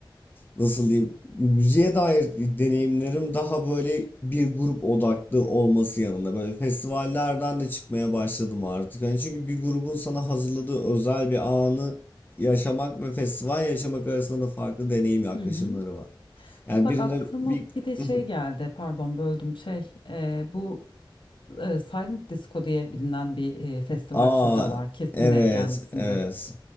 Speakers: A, on the left; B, on the left.
A: nasıl diyeyim müziğe dair deneyimlerim daha böyle bir grup odaklı olması yanında böyle festivallerden de çıkmaya başladım artık. Hani çünkü bir grubun sana hazırladığı özel bir anı yaşamak ve festival yaşamak arasında da farklı deneyim yaklaşımları
B: Hı hı.
A: var. Yani
B: Bak
A: birinde
B: aklıma
A: bir
B: bir de şey
A: <laughs>
B: geldi pardon böldüm şey e, bu e, Silent Disco diye bilinen bir e, festival
A: aa
B: türü de var kesin
A: evet
B: denk gelmişsindir.
A: evet